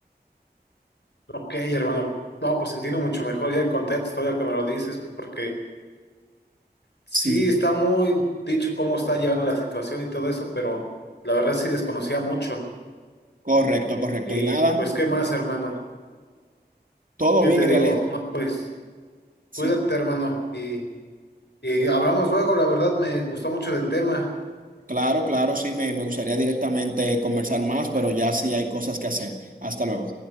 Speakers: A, on the left; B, on the right.
A: Ok, hermano. No, pues entiendo mucho mejor ya el contexto, ahora que me lo dices, porque sí
B: Sí,
A: está muy dicho cómo está llevando la situación y todo eso, pero la verdad sí desconocía mucho.
B: correcto, correcto.
A: Y
B: Y nada,
A: pues, ¿qué más, hermano?
B: todo
A: ¿Qué
B: bien
A: te
B: en
A: digo?
B: realidad.
A: No, pues,
B: Sí,
A: cuídate, hermano, y, y hablamos luego, la verdad me gustó mucho del tema.
B: claro, claro, sí, me, me gustaría directamente conversar más, pero ya sí hay cosas que hacer. Hasta luego.